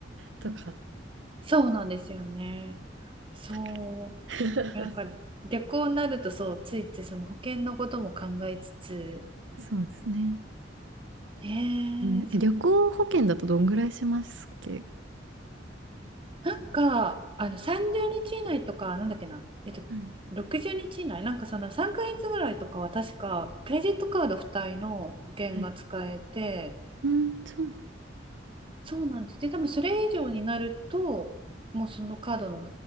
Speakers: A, on the right; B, on the right.
A: とか
B: そうなんですよね。そ
A: 高い。<laughs>
B: う。なんか、逆になると、そう、ついついその保険のことも考えつつ、
A: そうですね。
B: ねえ、
A: うん、
B: そうなんです。
A: え旅行保険だとどんぐらいしますっけ
B: なんか、あの、30日以内とか、なんだっけな、えっと、
A: はい。
B: 60日以内、なんかその3ヶ月ぐらいとかは確か、クレジットカード付帯の保険が使えて、
A: はい。うん、そう
B: そうなんです。で、多分それ以上になると、もうそのカードの